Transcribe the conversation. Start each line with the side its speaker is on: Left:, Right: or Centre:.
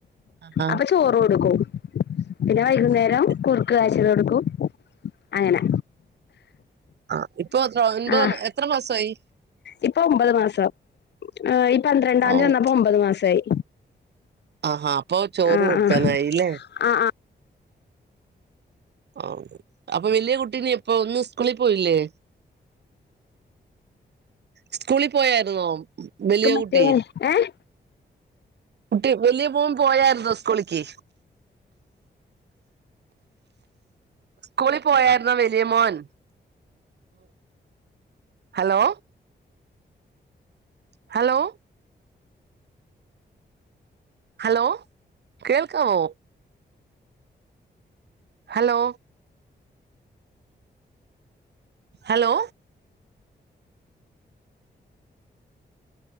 Right: ആഹാ
Left: അപ്പ ചോറ് കൊടുക്കും പിന്നെ വൈകുന്നേരം
Right: അത് ശരി
Left: കുറു ക്ക് കാച്ചിയത് കൊടുക്കും അങ്ങനെ.
Right: ആഹ് ഇപ്പൊ എത്ര ഒൻപത്
Left: ആഹ്
Right: എത്ര മാസമായി?
Left: ഇപ്പൊ ഒമ്പത് മാസം ഈ പന്ത്രണ്ടാം
Right: ഓഹ്
Left: തി വന്നപ്പോ ഒമ്പത് മാസായി.
Right: ആഹ് ഹാ അപ്പൊ ചോറ്
Left: ആഹ്
Right: കൊടുക്കാനായില്ലേ?
Left: ആഹ്
Right: ആന്ന് അപ്പൊ വല്യ കുട്ടീ ഇനി ഇപ്പൊ ഇന്ന് സ്കൂളി പോയില്ലേ? സ്കൂളി പോയായിരുന്നോ? വലിയ
Left: ക്ക് മറ്റേ
Right: കുട്ടി
Left: ഏഹ്?
Right: കുട്ടി വലിയ മോൻ പോയായിരുന്നോ സ്കൂളിക്ക്? സ്കൂളി പോയായിരുന്നോ വലിയ മോൻ? ഹലോ ഹലോ ഹലോ കേൾക്കാവോ? Hello hello